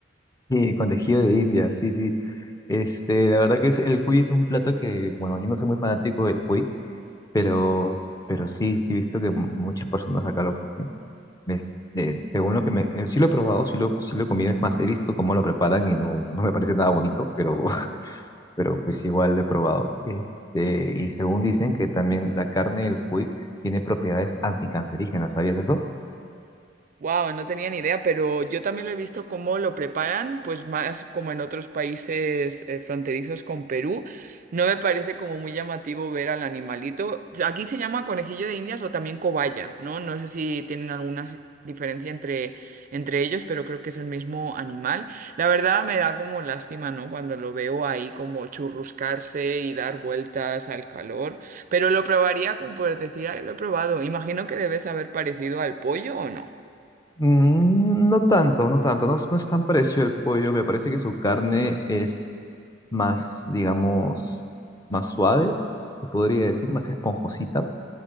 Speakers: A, on the left; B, on the right.
A: Sí, con tejido de India, sí, sí. Este, la verdad que es, el cuy es un plato que, bueno, yo no soy muy fanático del cuy, pero, pero sí, sí he visto que mu- muchas personas acá lo comen. Es- eh, según lo que me, eh, sí lo he probado, sí lo, sí lo he comido, es más, he visto cómo lo preparan y no, no me parece nada bonito, pero pero pues igual lo he probado. Este, y según dicen que también la carne del cuy tiene propiedades anticancerígenas, ¿sabías eso?
B: Wow, no tenía ni idea, pero yo también lo he visto cómo lo preparan, pues más como en otros países eh, fronterizos con Perú. No me parece como muy llamativo ver al animalito. O sea, Aquí se llama conejillo de Indias o también cobaya, ¿no? No sé si tienen alguna si- diferencia entre, entre ellos, pero creo que es el mismo animal. La verdad me da como lástima, ¿no? Cuando lo veo ahí como churruscarse y dar vueltas al calor, pero lo probaría como por decir, ay, lo he probado. Imagino que debes haber parecido al pollo o no.
A: Mm, No tanto, no tanto, no, es- no es tan parecido al pollo, me parece que su carne es más, digamos, más suave, se podría decir, más esponjosita,